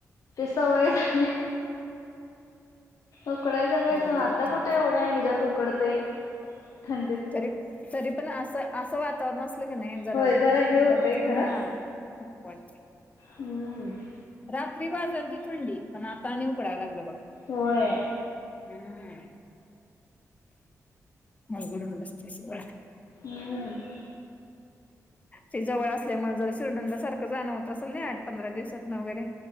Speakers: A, on the left; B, on the left.
A: ते सवय झाल्या. उकडायचं काय स
B: अवघड
A: आता
B: होतंय
A: कुठे एवढे आहे ह्याच्या्यात उकडते थंडीत
B: तरी तरी पण असं असं वातावरण का नाहीन जरा
A: होय
B: हऊकडते
A: हे होतंय खरं.
B: हाते.
A: हम्म.
B: रात्री बाजल त थंडी पण आता आणि उकडायला लागलं बघ.
A: होोय.
B: हम् मगड नडस्त सळा.
A: हम्म.
B: ते जवळ असल्यामुळे जर शिर्डनला सारखं जाणं होत असल ना आठं पंधरा दिवसातं वगैरे